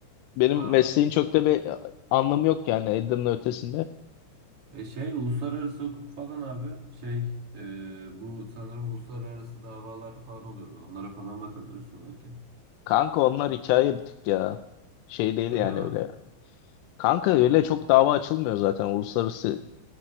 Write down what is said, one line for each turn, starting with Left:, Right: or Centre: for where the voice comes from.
Left: Benim
Right: Ha.
Left: mesleğin çok da bir e, anlamı yok yani Edirne ötesinde.
Right: E şey uluslararası hukuk falan abi şey e, bu sanırım uluslararası davalar falan oluyordu. Onlara falan bakabilirsin belki.
Left: Kanka onlar hikaye bir tık ya. Şey değil
Right: Öyle
Left: yani
Right: mi?
Left: öyle. Kanka öyle çok dava açılmıyor zaten uluslararası